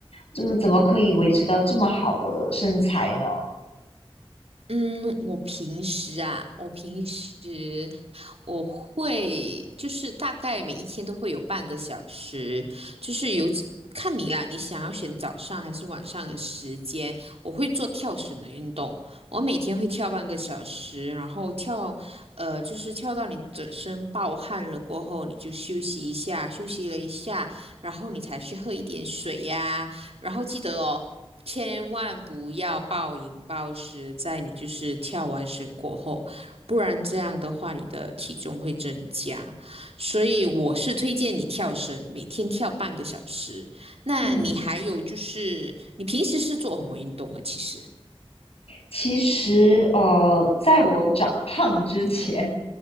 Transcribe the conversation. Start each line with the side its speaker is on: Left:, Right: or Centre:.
Left: 怎么怎么可以维持到这么好的身材呢？
Right: 嗯，我平时啊，我平时我会就是大概每一天都会有半个小时，就是有几看你啦，你想要选早上还是晚上的时间，我会做跳绳的运动，我每天会跳半个小时，然后跳，呃，就是跳到你整身暴汗了过后，你就休息一下，休息了一下，然后你才去喝一点水呀、然后记得哦，千万不要暴饮暴食，在你就是跳完绳过后，不然这样的话你的体重会增加。所以我是推荐你跳绳，每天跳半个小时。那你还有就是，
Left: 嗯，
Right: 你平时是做什么运动啊？其实。
Left: 其实呃，在我长胖之前，